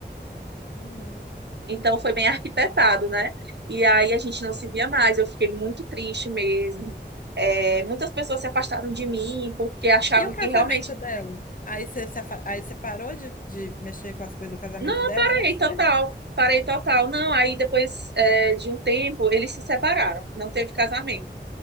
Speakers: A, on the left; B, on the right.
A: Uhum.
B: Então, foi bem arquitetado, né? E aí, a gente não se via mais. Eu fiquei muito triste mesmo. É, muitas pessoas se afastaram de mim porque achavam
A: E o
B: que
A: casamento
B: realmente
A: dela? Aí você, se afa- aí você parou de, de mexer com as coisas do casamento
B: Não,
A: dela
B: parei
A: e não foi?
B: total, parei total. Não, aí depois é, de um tempo eles se separaram, não teve casamento.